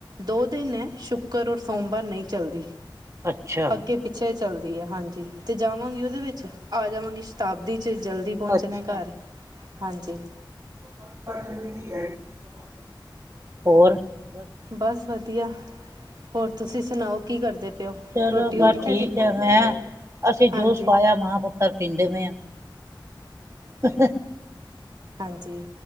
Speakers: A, on the right; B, on the right.
A: ਦੋ ਦਿਨ ਸ਼ੁੱਕਰ ਔਰ ਸੋਮਵਾਰ ਨਹੀਂ ਚੱਲਦੀ।
B: ਅੱਛਾ
A: ਅੱਗੇ-ਪਿੱਛੇ ਚੱਲਦੀ ਹੈ ਹਾਂਜੀ ਤੇ ਜਾਵਾਂਗੀ ਉਹਦੇ ਵਿੱਚ ਆ ਜਾਵਾਂਗੀ। ਸ਼ਤਾਬਦੀ 'ਚ ਜਲਦੀ ਪਹੁੰਚਣਾ
B: ਅੱਛਾ
A: ਘਰ ਹਾਂਜੀ।
B: <unintelligible> ਹੋਰ। ਬਸ
A: ਬਸ ਵਧੀਆ, ਹੋਰ ਤੁਸੀਂ ਸੁਣਾਓ ਕੀ ਕਰਦੇ? ਪਏ ਹੋ
B: ਚਲੋ
A: ਰੋਟੀ
B: ਬਸ
A: ਹੋ ਗਈ ਤੁਹਾਡੀ
B: ਠੀਕ ਹੈ ਮੈਂ ਅਸੀਂ
A: ਹਾਂਜੀ
B: ਜੂਸ ਪਾਇਆ ਮਾਂ ਪੁੱਤਰ <inaudible> ਆਪਾਂ ਪਿੰਡ ਮੇ ਆ ਹਾਂ-ਹਾਂ।
A: ਹਾਂਜੀ।